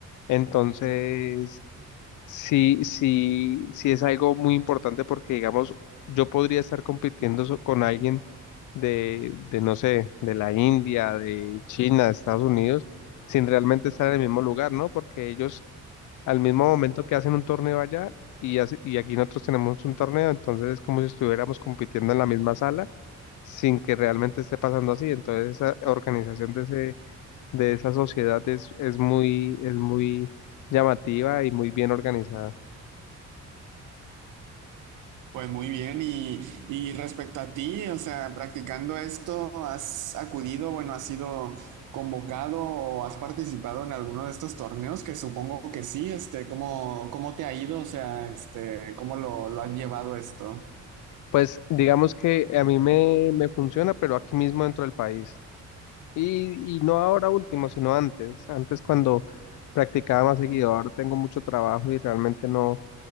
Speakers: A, on the left (about 80°); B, on the right (about 85°).
A: Entonces, sí, sí, sí es algo muy importante porque, digamos, yo podría estar compitiendo so- con alguien de, de, no sé, de la India, de China, de Estados Unidos, sin realmente estar en el mismo lugar, ¿no? Porque ellos al mismo momento que hacen un torneo allá y, hace- y aquí nosotros tenemos un torneo, entonces es como si estuviéramos compitiendo en la misma sala sin que realmente esté pasando así. Entonces esa organización de ese, de esa sociedad es, es muy, es muy llamativa y muy bien organizada.
B: Pues muy bien, y, y respecto a ti, o sea, practicando esto, ¿has acudido, bueno, has sido convocado o has participado en alguno de estos torneos? Que supongo que sí, este, ¿cómo, cómo te ha ido? O sea, este, ¿cómo lo, lo han llevado esto?
A: Pues digamos que a mí me, me funciona, pero aquí mismo dentro del país. Y, y no ahora último, sino antes. Antes cuando practicaba más seguido, ahora tengo mucho trabajo y realmente no